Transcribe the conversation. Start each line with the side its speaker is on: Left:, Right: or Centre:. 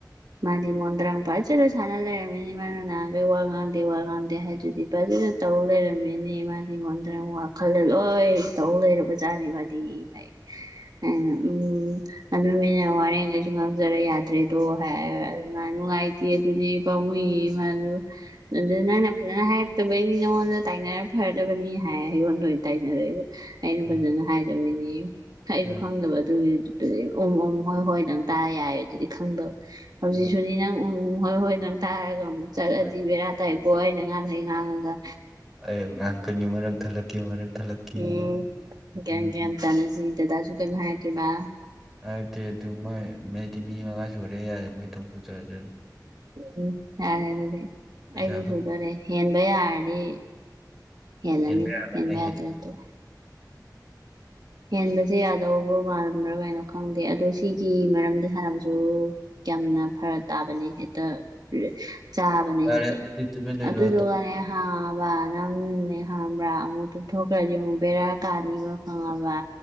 Right: ꯃꯥꯗꯤ ꯃꯣꯟꯗ꯭ꯔꯡ ꯐꯖꯅ ꯁꯥꯅ ꯂꯩꯔꯝꯃꯦ ꯃꯥꯅ ꯉꯍꯥꯟꯒꯩ ꯋꯥ ꯉꯥꯡꯗꯦ ꯋꯥ ꯉꯥꯡꯗꯦ ꯍꯥꯏꯗꯨꯗꯤ ꯐꯩ ꯁꯤꯗ ꯇꯧ ꯂꯩꯔꯝꯃꯦꯅꯦ ꯃꯥꯗꯤ ꯃꯣꯟꯗ꯭ꯔꯪ ꯋꯥꯈꯜꯗ ꯂꯣꯏ ꯇꯧ ꯂꯩꯔꯕꯖꯥꯠꯗꯤ ꯃꯥꯗꯤ ꯍꯥꯏ ꯑꯩꯅ ꯎꯝ ꯑꯗꯨ ꯃꯤꯅ ꯋꯥꯔꯦꯡꯉꯩꯁꯨ ꯉꯥꯡꯖꯔ ꯌꯥ ꯐꯠꯇ꯭ꯔꯦꯗꯣ ꯍꯥꯏ ꯑꯗꯨ ꯃꯥ ꯅꯨꯡꯉꯥꯏꯇꯦ ꯑꯗꯨꯗꯤ ꯄꯥꯃꯨꯢꯌꯦ ꯃꯥꯖꯨ ꯑꯗ ꯅꯪꯅ ꯐꯖ ꯑꯗꯨꯅ ꯍꯥꯏꯔꯛꯇꯕꯩꯅꯤ ꯅꯉꯣꯟꯗ ꯇꯥꯏꯅꯔ ꯐꯔꯗꯕꯅꯤ ꯍꯥꯏ ꯑꯩꯌꯣꯟꯗ ꯑꯣꯏꯅ ꯇꯥꯏꯅꯔꯛꯏꯕ ꯑꯩꯅ
Centre: ꯎꯝ
Right: ꯐꯖꯅ ꯍꯥꯏꯗꯕꯩꯅꯦ ꯑꯩꯁꯨ
Centre: ꯎꯝ
Right: ꯈꯪꯗꯕ ꯑꯗꯨꯒꯤ ꯑꯗꯨ ꯎꯝ ꯎꯝ ꯍꯣꯏ ꯍꯣꯏꯗꯪ ꯇꯥꯔ ꯌꯥꯏꯦ ꯑꯗꯨꯗꯤ ꯈꯪꯗꯕ ꯍꯧꯖꯤꯛꯁꯨꯅꯤ
Centre: ꯎꯝ
Right: ꯅꯪ ꯎ ꯎ ꯍꯣꯏ ꯍꯣꯏ ꯅꯪ ꯇꯥꯔꯒ ꯑꯃꯨꯛ ꯆꯠꯂꯗꯤ
Centre: ꯍꯣꯏ
Right: ꯕꯦꯔꯥ ꯇꯥꯏꯀꯣ
Centre: ꯍꯣꯏ
Right: ꯑꯩꯅ ꯉꯥꯡꯈꯩ ꯉꯥꯡꯉꯒ
Centre: ꯑꯩꯌꯦ ꯉꯥꯛ ꯀꯅꯤ ꯃꯔꯛ ꯊꯜꯂꯛꯀꯤ ꯃꯔꯛ ꯊꯠꯂꯛꯀꯤ
Right: ꯎꯝ ꯒꯤꯌꯥꯟ
Centre: ꯎꯝ
Right: ꯒꯤꯌꯥꯟ ꯇꯥꯅꯁꯤ ꯗꯗꯥꯁꯨ ꯀꯩꯝ ꯍꯥꯏꯔꯛ ꯇ꯭ꯔꯤꯕ
Centre: ꯍꯥꯏꯔꯛꯇꯦ ꯑꯗꯨ ꯃꯣꯏ ꯃꯩꯗꯤ ꯃꯤ ꯃꯉꯥ ꯁꯨꯔꯦ ꯌꯥꯔꯦ ꯃꯣꯏ ꯊꯣꯛꯄ ꯇꯧꯖꯖꯥꯅꯤ
Right: ꯎꯝ ꯌꯥꯔꯦ ꯑꯗꯨꯗꯤ
Centre: ꯄꯩꯁꯥ
Right: ꯑꯩꯁꯨ
Centre: ꯐꯪꯗꯕ
Right: ꯁꯨꯗꯣꯔꯦ ꯍꯦꯟꯕ ꯌꯥꯔꯗꯤ ꯍꯦꯜꯂꯅꯤ
Centre: ꯍꯦꯟꯕ ꯌꯥꯔꯒꯅ
Right: ꯍꯦꯟꯕ
Centre: ꯍꯦꯜꯂꯦ
Right: ꯌꯥꯗ꯭ꯔꯗꯤ ꯇꯣꯛꯑꯣ ꯍꯦꯟꯕꯁꯦ ꯌꯥꯗꯧꯕ ꯃꯥꯟꯕ꯭ꯔꯥ ꯀꯥꯏꯅꯣ ꯈꯪꯗꯦ ꯑꯗꯣ ꯁꯤꯒꯤ ꯃꯔꯝꯗ ꯁꯥꯟꯅꯕꯁꯨ ꯌꯥꯝꯅ ꯐꯔꯛ ꯇꯥꯕꯅꯦ ꯍꯦꯛꯇ ꯔꯦ ꯆꯥꯕꯅꯦ
Centre: ꯌꯥꯔꯦ
Right: ꯍꯦꯛꯇ
Centre: ꯑꯗꯨꯗꯤ ꯇꯨꯃꯤꯟ ꯂꯩꯔꯣ
Right: ꯑꯗꯨꯗꯨꯒꯅꯦ ꯍꯥ ꯕ ꯅꯪ ꯅ ꯍꯝꯕ꯭ꯔꯥ ꯑꯃꯨꯛ ꯇꯨꯝꯊꯣꯛꯈ꯭ꯔꯗꯤ ꯑꯃꯨꯛ ꯕꯦꯔꯥ ꯀꯥꯅꯤꯕ ꯈꯪꯉꯕ